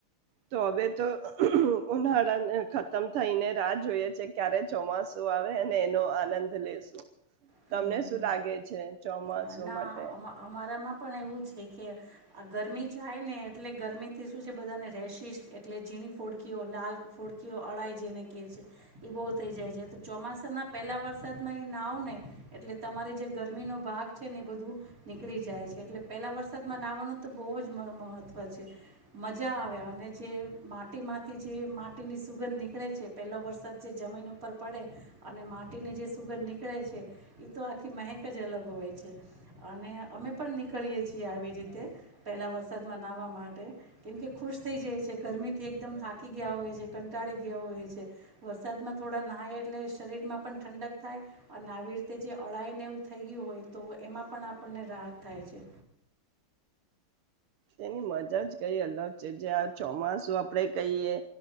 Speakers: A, on the right; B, on the right.
A: તો હવે તો ઉનાળાને ખતમ થઈને રાહ જોયે છે. ક્યારે ચોમાસું આવે અને એનો આનંદ લેેશું.
B: હમ
A: તમને શું લાગે છે ચોમાસું
B: હા ના
A: માટે?
B: અમા અમારામાં પણ એવું છે કે, આ ગરમી જાય ને એટલે ગરમીથી શું છે બધાને રેશિશ એટલે ઝીણી ફોડકીઓ લાલ ફોડકીઓ અળાઈ જેને ક્યે છે. ઈ બોવ થઈ જાય છે. તો ચોમાસાના પેલા વરસાદમાં ઈ નાવ ને એટલે તમારી જે ગરમીનો ભાગ છે ને, એ બધું નીકળી જાય છે. એટલે પેલા વરસાદમાં નાવાનું તો બોવ જ મ મહત્ત્વ છે. મજા આવે અને જે માટીમાંથી જે માટીની સુગંધ નીકળે છે. પેલો વરસાદ જે જમીન ઉપર પડે અને માટીની જે સુગંધ નીકળે છે ઈ તો આખી મહેક જ અલગ હોય છે. અને અમે પણ નીકળીએ છીએ આવી રીતે પહેલાં વરસાદમાં નાહવા માટે. કેમકે ખુશ થઈ જાય છે. ગરમીથી એકદમ થાકી ગ્યા હોય છે. કંટાળી ગ્યા હોયે છે. વરસાદમાં થોડા નાહાય એટલે શરીરમાં પણ ઠંડક થાય અન આવી ર તે જે અળાઈને એવું થઈ ગ્યું હોય, તો એમાં પણ આપણને રાહત થાય છે.
A: તેની મજા જ કઈ અલગ છે. જે આ ચોમાસું આપડે કહીયે,